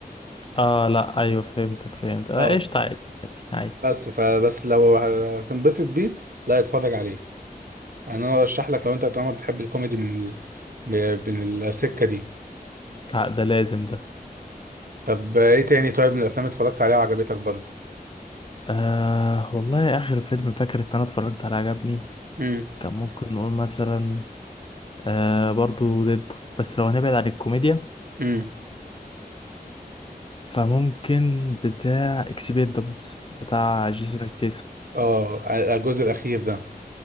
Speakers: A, on the left; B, on the right.
A: اه لا ايوه فهمتك فهمت آه
B: اه
A: قشطة عادي عادي
B: بس فبس لو هتنبسط بيه لا اتفرج عليه يعني انا ارشح لك لو انت طالما بتحب الكوميدي من ال... ب- من السكة دي
A: لا ده لازم ده
B: طب ايه تاني طيب من الافلام اتفرجت عليها وعجبتك برضو
A: آه والله اخر فيلم فاكر ان انا اتفرجت عليه عجبني
B: امم
A: كان ممكن نقول مثلا آه برضو ديدبول بس لو هنبعد عن الكوميديا
B: امم
A: فممكن بتاع اكسبيندابلز بتاع جيسون ستيسون
B: اه ع- الجزء الاخير ده